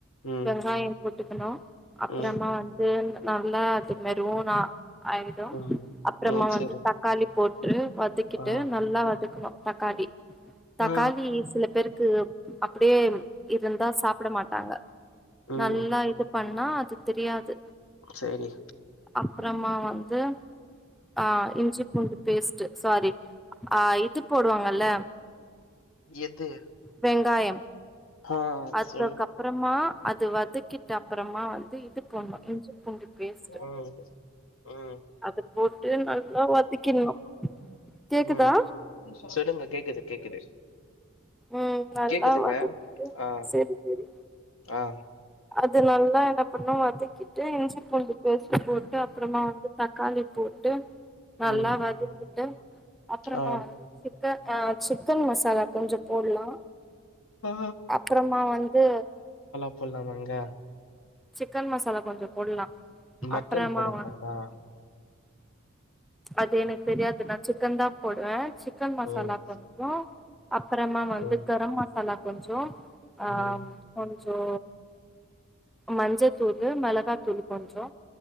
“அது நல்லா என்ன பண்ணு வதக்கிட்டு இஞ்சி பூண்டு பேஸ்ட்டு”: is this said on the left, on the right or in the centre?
Centre